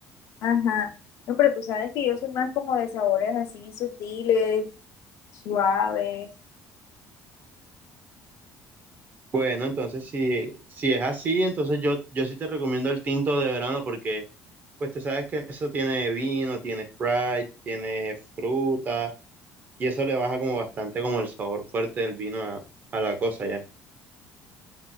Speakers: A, on the left; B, on the right.
A: Ajá. No, pero tú sabes que yo soy más como de sabores así sutiles, suaves.
B: Bueno, entonces si, si es así, entonces yo, yo sí te recomiendo el tinto de verano porque pues tú sabes que eso tiene vino, tiene Sprite, tiene fruta y eso le baja como bastante como el sabor fuerte del vino a, a la cosa ya.